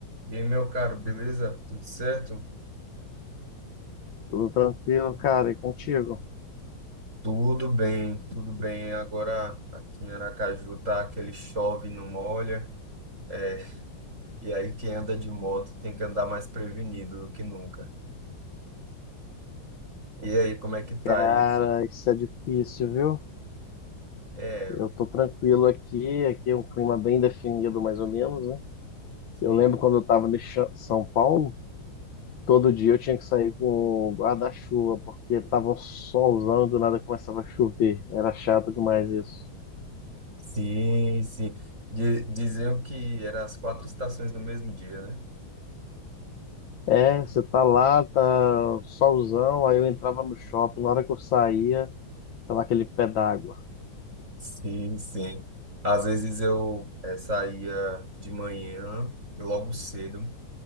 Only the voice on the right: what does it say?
E aí, meu caro, beleza? Tudo certo?
Tudo bem, tudo bem. Agora aqui em Aracaju tá aquele chove, e não molha. É, e aí quem anda de moto tem que andar mais prevenido do que nunca. E aí, como é que tá
isso?
É,
sim,
sim, sim. Di- diziam que eram as quatro estações no mesmo dia, né?
Sim, sim. Às vezes eu eh, saía de manhã, logo cedo,